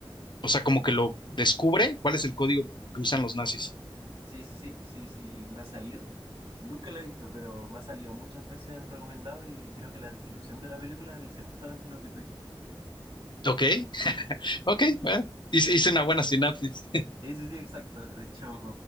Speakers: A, on the left (about 60°); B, on the right (about 70°).
A: o sea, como que lo descubre, cuál es el código que usan
B: sí,
A: los nazis.
B: Sí, sí, sí, sí, sí, me ha salido. Nunca la he visto, pero me ha salido muchas veces en recomendado y creo que la descripción de la película dice justamente lo que tú dijiste.
A: Ok, ok,
B: Sí,
A: bueno, hice, hice una buena sinapsis. <laughs>
B: sí, sí, sí, exacto. De hecho,